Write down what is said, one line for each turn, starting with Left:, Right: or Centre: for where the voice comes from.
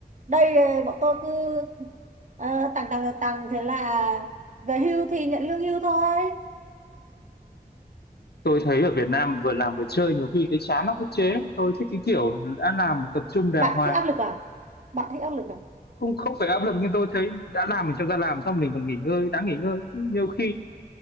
Right: đây bọn tôi cứ ờ, tằng tằng tằng thế là về hưu thì nhận lương hưu thôi
Left: tôi thấy ở Việt Nam vừa làm vừa chơi nhiều khi thấy chán lắm ức chế lắm. tôi thích cái kiểu đã làm thì tập trung đàng
Right: bạn
Left: hoàng
Right: thích áp lực à bạn thích áp lực à
Left: không không phải áp lực nhưng tôi thấy đã làm mình cho ra làm xong mình còn nghỉ ngơi đã nghỉ ngơi nhiều khi